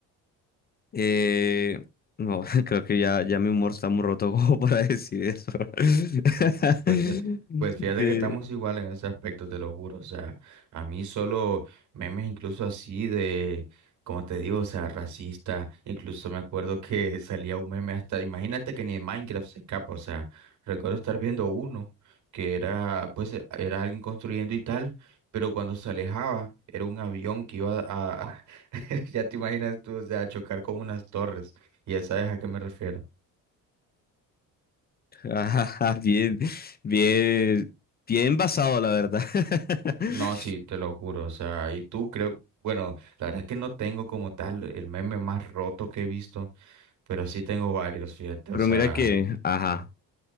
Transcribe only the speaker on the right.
Ok, Pues fíjate, pues fíjate
que estamos igual en ese aspecto, te lo juro. O sea, a mí solo memes incluso así de, como te digo, o sea, racista. Incluso me acuerdo que <laughs> salía un meme hasta, imagínate que ni en Minecraft se escapa. O sea, recuerdo estar viendo uno que era, pues, era alguien construyendo y tal, pero cuando se alejaba era un avión que iba a, <laughs> ya te imaginas tú, o sea, a chocar con unas torres. Y ya sabes a qué me refiero.
No, sí, te lo juro, o sea, y tú creo, bueno, la verdad es que no tengo como tal el meme más roto que he visto, pero sí tengo varios, fíjate,
o sea,